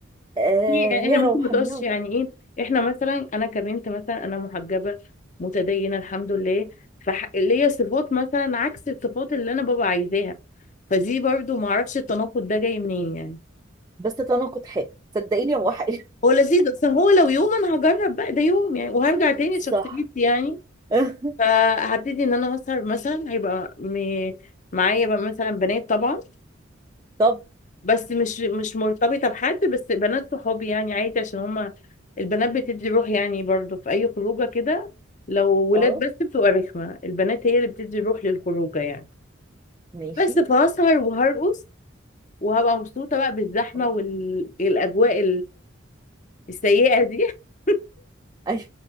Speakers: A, on the right; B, on the left.
A: آه
B: يعني
A: هي
B: احنا ممكن
A: روحانيات
B: ما تقولش يعني ايه احنا مثلا انا كبنت مثلا انا محجبه متدينه الحمد لله فليا صفات مثلا عكس الصفات اللي انا بابا عايزاها فدي برضو معرفش التناقض ده جاي منين يعني
A: بس تتناقض حاجة صدقيني هو حاجة
B: هو لذيذ بس هو لو يوم انا هجرب بقى ده يوم يعني وهرجع
A: <laughs>
B: تاني
A: صح
B: لشخصيتي يعني
A: <laughs>
B: فهبتدي ان انا اسهر مثلا هيبقى م... معايا بقى مثلا بنات طبعا
A: طب
B: بس مش مش مرتبطه بحد بس بنات صحابي يعني عادي عشان هما البنات بتدي روح يعني برضو في اي خروجه كده لو ولاد
A: اه
B: بس بتبقى رخمه البنات هي اللي بتدي روح للخروجه يعني
A: ماشي
B: بس فهسهر وهرقص وهبقى مبسوطه بقى بالزحمه
A: اه
B: والاجواء السيئه دي <laughs>
A: ايوه